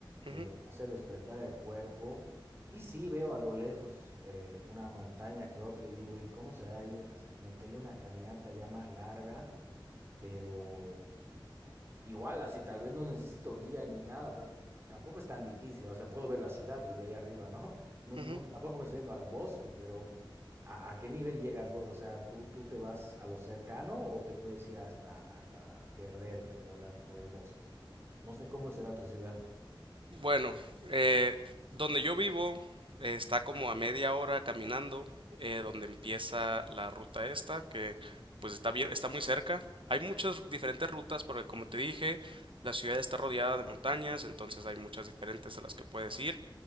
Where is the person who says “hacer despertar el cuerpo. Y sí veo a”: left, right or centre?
Right